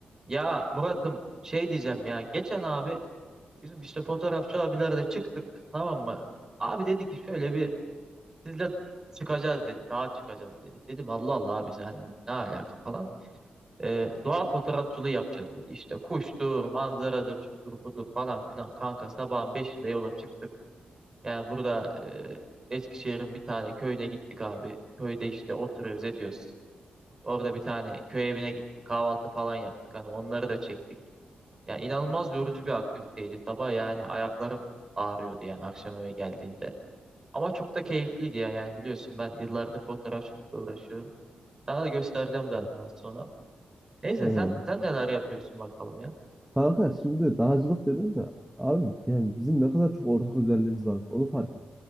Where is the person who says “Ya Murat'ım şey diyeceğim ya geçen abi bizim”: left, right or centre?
Right